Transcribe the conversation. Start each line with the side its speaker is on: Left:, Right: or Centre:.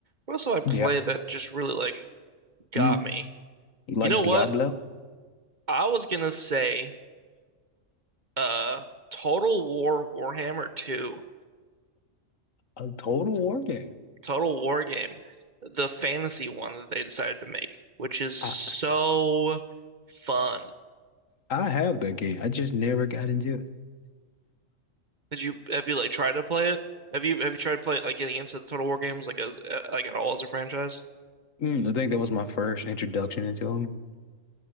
Right: What else did I play
Left: Yeah.
Right: that just really like got
Left: Mm.
Right: me?
Left: You like
Right: You know
Left: Diablo?
Right: what? I was gonna say, uh, Total War Warhammer 2.
Left: A Total War game.
Right: Total War game, the fantasy one that they decided to make, which is so
Left: I
Right: fun.
Left: I have that game. I just never got into it.
Right: Did you have you like tried to play it? Have you have you tried to play it like getting into the Total War games like as uh, like at all as a franchise?
Left: Mm, I think that was my first introduction into them.